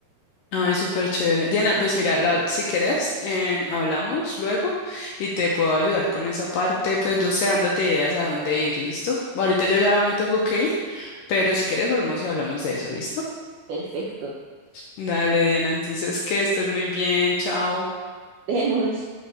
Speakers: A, on the left; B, on the right.
A: Ay, súper chévere. Diana, pues mira, la- si querés, eh, hablamos luego y te puedo ayudar con esa parte. Pues no sé, ándate ideas a dónde ir, ¿listo? Ahorita yo ya me tengo que ir, pero si quieres volvemos y hablamos de eso, ¿listo?
B: <laughs> Perfecto.
A: Dale, Diana, entonces que estés muy bien, chao.
B: Vemos.